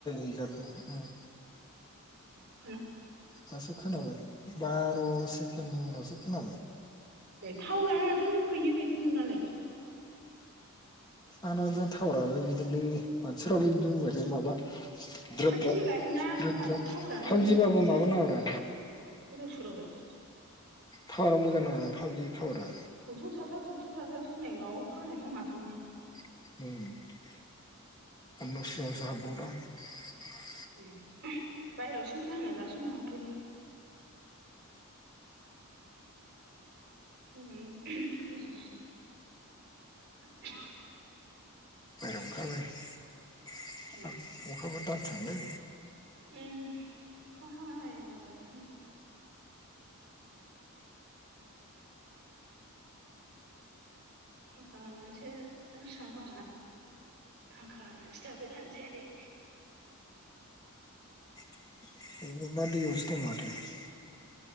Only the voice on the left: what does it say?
<unintelligible>
दासो खोनाबाय बार' सेकेणडनि उनावसो खोनाबाय
आंना थावाराबो बिदिनोलै मानसिफ्राबो बिदिनो बुंबायथायो माबा द्रोद
द्राद
द्रोद
द्राद
फाइभजिबाबो
माबा नाङाब्रा
थावारा मोजां नाङा <unintelligible> थावरा
<unintelligible>
<unintelligible>
अखाफोर दानस्रांलै
<unintelligible> <unintelligible>